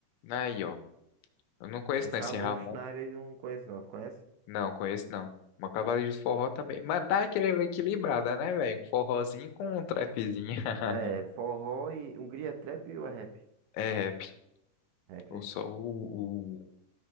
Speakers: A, on the left; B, on the right.
A: Aí, ó. Eu não conheço,
B: Esse
A: né, esse
B: Ramon
A: Ramon.
B: Schneider eu não conheço não, tu conhece?
A: Não, conheço não. Uma Cavaleiros do Forró também. Mas dá aquela equilibrada, né, velho? Um forrozinho com um trapzinho. <laughs>
B: É, forró e Hungria é trap ou é rap?
A: É rap.
B: Rap,
A: Ou
B: né?
A: só o, o